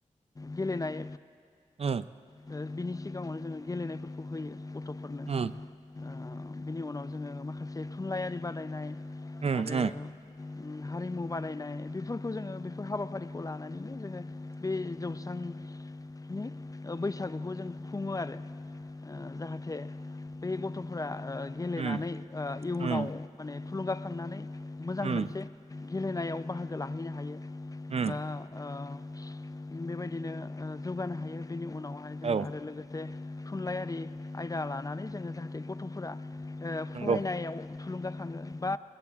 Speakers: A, on the left; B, on the right.
A: गेलेनाय
B: ओ
A: ओ बिनि सिगाङावनो जोङो गेलेनायफोरखौ होयो गथ'फोरनो
B: उम
A: ओ बिनि उनाव जोङो माखासे थुनलाइयारि बादायनाय
B: उम
A: आरो
B: उम
A: उम हारिमु बादायनाय बेफोरखौ जोङो बेफोर हाबाफारिखौ लानानैनो जोङो बे जौसांनि बैसागुखौ जों खुङो आरो। ओ जाहाथे बे गथ'फोरा ओ गेलेनानै
B: उम
A: ओ इयुनाव
B: उम
A: माने थुलुंगाखांनानै मोजां
B: उम
A: मोनसे गेलेनायाव बाहागो लाहैनो हायो
B: उम
A: बा ओ बेबायदिनो ओ जौगानो हायो बेनि उनावहाय जों
B: औ
A: आरो लोगो बे थुनलाइयारि आयदा लानानै जोङो जाहाथे गथ'फोरा ओ
B: नंगौ
A: फरायनायाव थुलुंगाखाङो बा